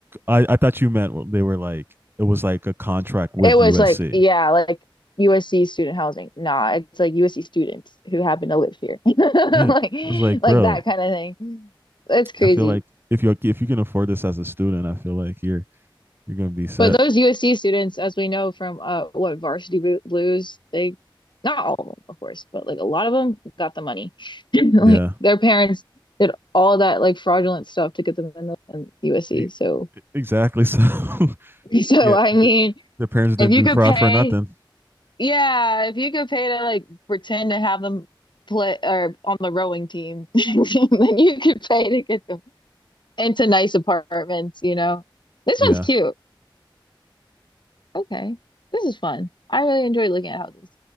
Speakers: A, on the right; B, on the left.
A: I I thought you meant they were like it was like a contract with
B: It was
A: USC.
B: like, yeah, like USC student housing. Nah, it's like USC students who happen to live here. <laughs> Like
A: Yeah, it was like, bro,
B: like that kind of thing. That's crazy.
A: I feel like if you if you can afford this as a student, I feel like you're you're gonna be set.
B: But those USC students, as we know from uh what Varsity Blu- Blues, they not all of them, of course, but like a lot of them got the money. <laughs> Like
A: Yeah,
B: their parents did all that like fraudulent stuff to get them in the in USC.
A: E-
B: So
A: exactly. So
B: <laughs>
A: <laughs>
B: so
A: yeah,
B: I mean,
A: the, the parents didn't
B: if you
A: do
B: could
A: fraud
B: pay
A: for nothing.
B: Yeah, if you could pay to like pretend to have them play or on the rowing team, <laughs> then you could pay to get them into nice apartments, you know. This
A: Yeah,
B: one's cute. Okay. This is fun. I really enjoy looking at houses.